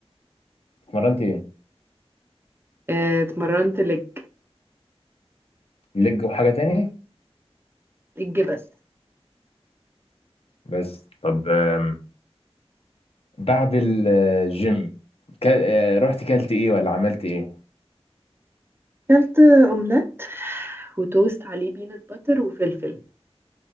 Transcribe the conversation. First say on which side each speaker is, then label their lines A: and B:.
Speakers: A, on the left (about 65°); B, on the right (about 20°).
A: اتمرنت ايه
B: آه اتمرنت لج
A: لج وحاجة تانية
B: لج بس
A: بس طب آم. بعد الجيم كا- آه، رحت كلت ايه ولا عملت ايه
B: اكلت اومليت وتوست عليه بينات باتر وفلفل